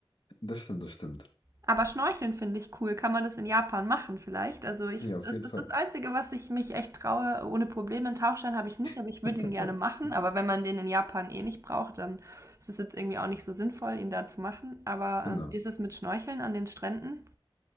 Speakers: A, on the left (about 60°); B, on the right (about 35°).
A: Das stimmt, das stimmt.
B: Aber Schnorcheln finde ich cool. Kann man das in Japan machen vielleicht? Also ich,
A: Ja, auf
B: das
A: jeden
B: ist
A: Fall.
B: das Einzige, was ich mich echt traue. Ohne Probleme. Einen Tauchschein habe ich nicht, aber
A: <laughs>
B: ich würde ihn gerne machen. Aber wenn man den in Japan eh nicht braucht, dann ist es jetzt irgendwie auch nicht so sinnvoll, ihn da zu machen. Aber
A: Genau.
B: ähm, wie ist es mit Schnorcheln an den Stränden?